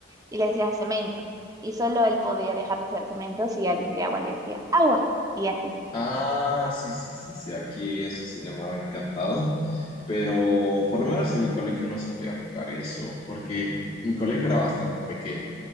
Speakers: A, on the right; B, on the left.
A: y les decía cemento. Y solo él podía dejar de ser cemento si alguien de agua le decía agua. Y así.
B: Ah, sí, sí, sí, sí, aquí eso se llamaba encantado, pero por lo menos en mi colegio no se podía jugar eso, porque mi colegio era bastante pequeño.